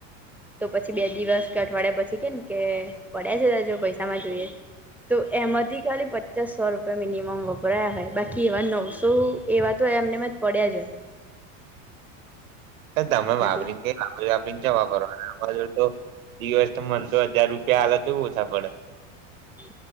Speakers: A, in the centre; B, on the right.
A: તો પછી બે દિવસ- અઠવાડિયા પછી કે ને કે પડ્યા છે ત જો પૈસામાં જોઈએ છે. તો એમાંથી ખાલી પચાસ સો રૂપિયા મિનિમમ વપરાયા હોય બાકી એવા નવસો એવા તો એમને મ જ પડ્યા જ હોય
B: તમે વાપરી
A: નથી
B: ને વાપરીને વાપરીને ચ્યો વાપરવાના તો દિવસ તો મન તો હજાર રૂપિયા આલે તોય ઓછા પડે
A: હ